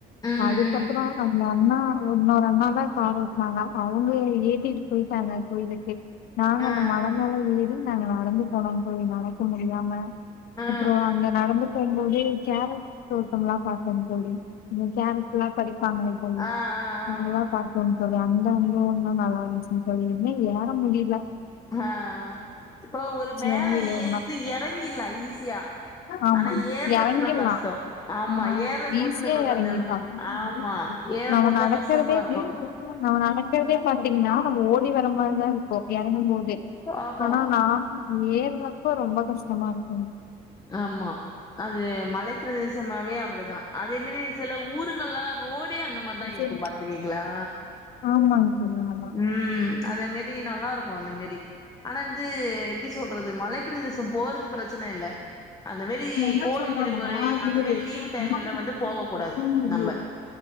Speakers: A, on the left; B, on the left.
A: ம்
B: அதுக்கப்புறோ
A: ம்
B: அந்த அண்ணா இன்னொரு அண்ணா தான் கார் ஓட்னாங்க அவுங்க என்ன ஏத்திட்டு போயிட்டு டாங்க கோயிலுக்கு நாங்க
A: ஆ
B: அந்த மல மேல ஏறி நாங்க நடந்து போனோம்ங்க தோழி நடக்க முடியாம
A: ஆ ஆ
B: அப்புறோ அங்க நடந்து போம் போது கேரட் தோட்டம்லாம் பாத்தோங்க தோழி ம் கேரட்லாம் பரிப்பாங்கல்ல தோழி
A: ஆ ஆ
B: நல்லா
A: ஆ
B: பாத்தோ அங்க தோழி அந்த அந்த ஒன்னு நல்லா இருஞ்சுங்க தோழி என்ன ஏற முடில
A: ஆ இப்போ ஒரு மேல
B: வாங்கி ஏறுனோ
A: ஏறிட்டு எறங்கிட்லா ஈஸியா
B: ஆமா
A: ஆனா ஏர்றதுதா
B: எறங்கிற்லா
A: கஷ்டோ ஆமா
B: ஆ
A: ஏறும்
B: ஈஸியா
A: போது நம்மளுக்கு
B: எறங்கிட்லா
A: அந்த
B: <inaudible>
A: ஆமா ஏறும்
B: நம்ம
A: போதுதா
B: நடக்குறதே
A: கஷ்டமா இருக்கு
B: நம்ம ந நடக்குறதே பாத்தீங்கன்னா நம்ம ஓடி வர மாரிதா இருக்கும் எறங்குபோது
A: ஆமா
B: ஆனா நா ஏற்னப்போ ரொம்ப கஷ்டமாருக்
A: ஆமா அது மலைப்பிரதேசமாவே அப்புடிதா அதே மாரி சில ஊருங்கல்லா ரோடே அந்த மாரிதா இருக்கு
B: சரி
A: பாத்துருக்கீங்களா
B: ஆமாங் தோழி ஆமா
A: ம் அத மாரி நல்லாருக்கும் அந்த மாரி ஆனா இந்து எப்டி சொல் றது மலைப்பிரதேசம் போறது பிரச்சன இல்ல அந்த மாரி
B: நா என்ன
A: கோடை
B: சொல்றேன்னா
A: விடுமுறை
B: <unintelligible>
A: அந்த மாரி லீவு டைம்ல வந்து போக கூடாது நம்ப